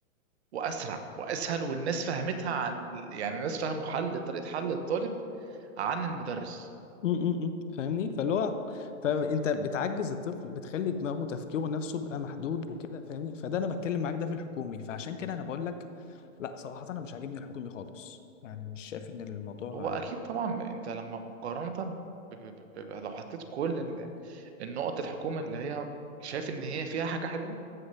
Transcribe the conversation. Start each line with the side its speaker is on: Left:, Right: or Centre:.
Right: واسرع واسهل والناس فهمتها عن يعني الناس فهموا حل طريقه حل الطالب عن المدرس
Left: امم فاهمني فاللي هو فانت بتعجز الطفل بتخلي دماغه تفكيره نفسه بقى محدود وكده فاهمني فده انا بتكلم معاك ده في الحكومي فعشان كده انا بقول لك لا صراحه انا مش عاجبني الحكومي خالص يعني مش شايف ان الموضوع
Right: هو اكيد
Left: آه،
Right: طبعا انت لما مقارنه ب- ب- ب- ب- لو حطيت كل ال- النقط الحكومه اللي هي شايف ان هي فيها حاجه حلوه